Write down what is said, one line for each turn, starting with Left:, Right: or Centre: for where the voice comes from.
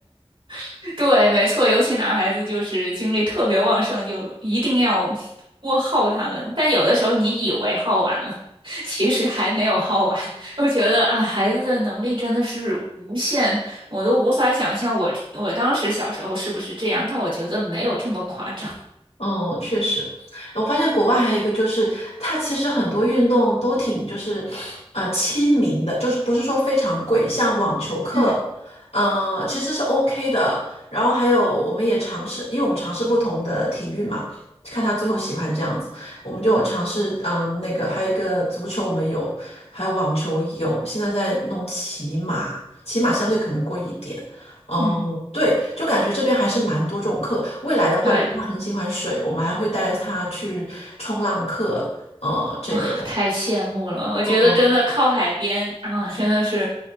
Right: <laughs> 对，没错，尤其男孩子就是精力特别旺盛，就一定要多耗他们。但有的时候你以为耗完了，<laughs> 其实还没有耗完。<laughs> 我觉得啊，孩子的能力真的是无限，我都无法想象我我当时小时候是不是这样，但我觉得没有这么夸张。
Left: 哦，确实，我发现国外还有一个就是，它其实很多运动都挺就是，呃，亲民的，就是不是说非常贵，像网球课，
Right: 嗯
Left: 呃，其实是 OK 的。然后还有我们也尝试，因为我们尝试不同的体育嘛，看他最后喜欢这样子，我们就有尝试，嗯、那个还有一个足球我们有，还有网球有，现在在弄骑马，骑马相对可能贵一点。哦，
Right: 嗯，
Left: 对，就感觉这边还是蛮多这种课。未来的话，
Right: 对。
Left: 如果他很喜欢水，我们还会带他去冲浪课，呃，这类的。
Right: 啊，太羡慕了！我觉得真的靠海边啊，
Left: 嗯，
Right: 真的是